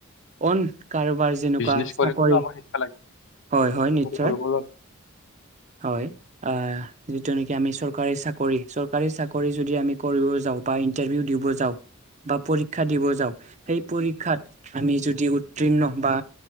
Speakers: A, on the right (about 35°); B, on the left (about 60°).
A: অ' কাৰোবাৰ যেনেকুৱা
B: বিজনেছ কৰিবলৈও
A: চাকৰি
B: আমাৰ শিক্ষা লাগে
A: হয় হয় নিশ্চয়
B: কৰিবলৈ
A: হয়। অ' যিটো নেকি আমি চৰকাৰী চাকৰি চৰকাৰী চাকৰি যদি আমি কৰিব যাওঁ বা ইটাৰভিউ দিব যাওঁ বা পৰীক্ষা দিব যাওঁ সেই পৰীক্ষাত আমি যদি উতীৰ্ণ বা